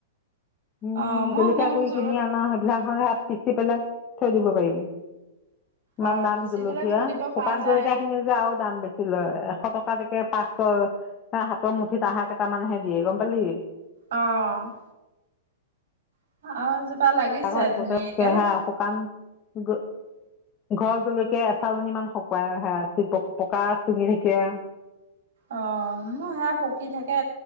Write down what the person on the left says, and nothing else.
উম
জলকীয়া
গুৰি
কিনি আনা সেইবিলাক ধৰ সেইয়াত পিছি পেলাই থৈ দিব পাৰিবি। ইমান
দাম
জলকীয়া,
শুকান
জলকীয়া খিনি যে আৰু দাম বেছি লয়, এশ টকাতকে পাঁচশ হে হাতৰ মুঠিত আহা কেইটামানহে দিয়ে গম পালি।
<inaudible>
ঘৰ জলকীয়া এচালনী ইমান শুকুৱাই অহা প পকা চিঙি থেইকিয়া